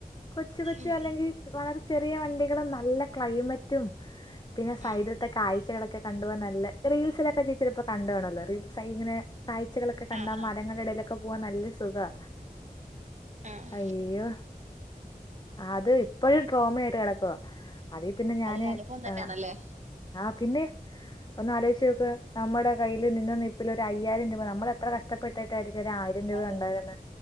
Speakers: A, on the left (about 30°); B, on the right (about 50°).
A: കൊച്ച് കൊച്ച്.
B: ഉം
A: അല്ലെങ്കിൽ വളരെ ചെറിയ വണ്ടികളും നല്ല ക്ലൈമറ്റും. പിന്നെ സൈഡിൽത്തെ
B: ഉം
A: കാഴ്ചകളൊക്കെ. കണ്ടു പോവാൻ നല്ല റീൽസിലൊക്കെ ചേച്ചി ചെലപ്പോ കണ്ട് കാണുവല്ലോ റീൽസ് അയിൽ ഇങ്ങനെ കാഴ്ചകളൊക്കെ ഒക്കെ കണ്ടാ
B: ആഹ്
A: മരങ്ങളുടെ ഇടയിലൊക്കെ പോവാൻ നല്ല സുഖാ
B: ആഹ്
A: അയ്യോ. അത് ഇപ്പോഴും ട്രോമയായിട്ട് കിടക്കുവാ അതി പിന്നെ ഞാന്
B: അതൊരു അനുഭവം തന്നെയാണല്ലേ
A: ആഹ് ആഹ് പിന്നെ ഒന്ന് ആലോയിച്ച് നോക്ക് നമ്മുടെ കയ്യിൽ നിന്ന നിപ്പിൽ ഒരു അയ്യായിരം രൂപ നമ്മൾ എത്ര കഷ് കഷ്ട്ടപ്പെട്ടായിരിക്കും ഒരു ആയിരം രൂപ
B: അതെ
A: ഉണ്ടാകുന്നെ.